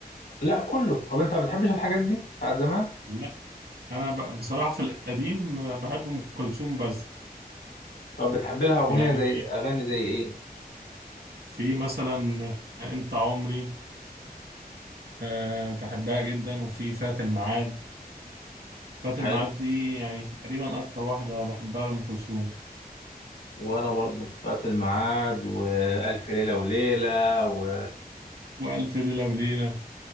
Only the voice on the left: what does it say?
لا كله طب أنت ما بتحبش الحاجات دي بتاعت زمان؟
طب بتحب لها أغنية
زي أغاني زي إيه؟
حلو
وأنا برضو فات الميعاد وألف ليلة وليلة و